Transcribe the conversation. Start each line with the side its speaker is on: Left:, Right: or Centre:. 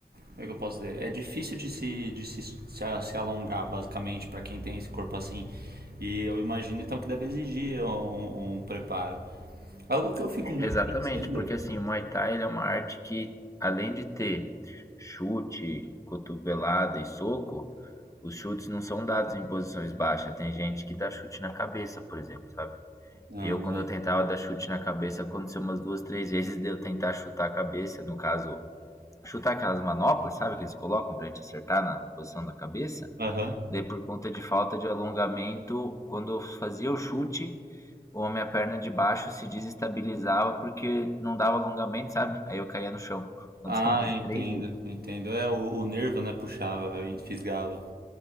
Right: Como é que eu posso dizer? É difícil de se, de se, se, a- se alongar, basicamente, pra quem tem esse corpo assim. E eu imagino então que deve exigir um, um um preparo. Algo que eu fico
Left: Exatamente,
Right: muito pensando.
Left: porque assim, o Muay Thai ele é uma arte que, além de ter chute, cotovelada e soco, os chutes não são dados em posições baixas. Tem gente que dá chute na cabeça, por exemplo, sabe?
Right: Ah,
Left: Eu, quando eu tentava dar chute na cabeça, aconteceu umas duas, três vezes de eu tentar chutar a cabeça, no caso, chutar aquelas manoplas, sabe, que eles colocam pra gente acertar na posição da cabeça.
Right: Aham.
Left: Daí, por conta de falta de alongamento, quando eu fazia o chute, ou a minha perna de baixo se desestabilizava porque não dava alongamento, sabe? Aí eu caía no chão. <laughs> Aconteceu
Right: Ah,
Left: umas
Right: entendo,
Left: três vezes.
Right: entendo. É, o, o nervo, né, puxava, fisgava.